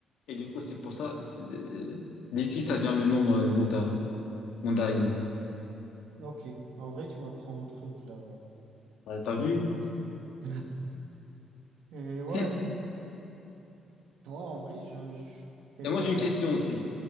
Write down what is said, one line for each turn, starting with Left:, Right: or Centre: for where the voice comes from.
Left: Et du coup, c'est pour ça, c'est de- d'ici, ça vient le nom euh, mandar- mandarine.
Right: Ok, en vrai, tu m'apprends un truc là, ouais.
Left: Ouais. T'as vu?
Right: <laughs> Et ouais,
Left: <laughs>
Right: moi en vrai, je, je sais
Left: Et
Right: pas.
Left: moi, j'ai une question
Right: c-
Left: aussi.